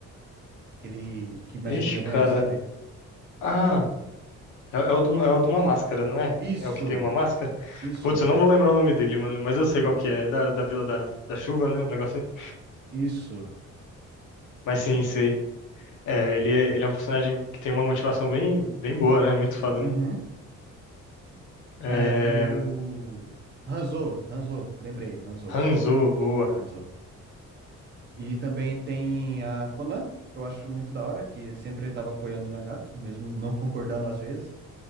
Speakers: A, on the right; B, on the left.
A: aquele que mexe
B: ixi,
A: com veneno,
B: cara.
A: sabe?
B: Ah, é, é o do, é o de uma máscara, não é?
A: Isso,
B: É o que tem uma máscara?
A: isso.
B: Putz, eu não vou lembrar o nome dele, mano, mas eu sei qual que é. É Da, da Vila da, da Chuva, né? Um negócio assim.
A: Isso.
B: Mas sim, sei. É, ele, é- ele é um personagem que tem uma motivação bem, bem boa, né? Muito foda,
A: Uhum.
B: mano. É,
A: É, e o Hanzo, Hanzo, lembrei, Hanzo,
B: Hanzo, boa.
A: Hanzo. E também tem a Conan, que eu acho muito da hora, que sempre estava apoiando o Nagato, mesmo não concordando às vezes.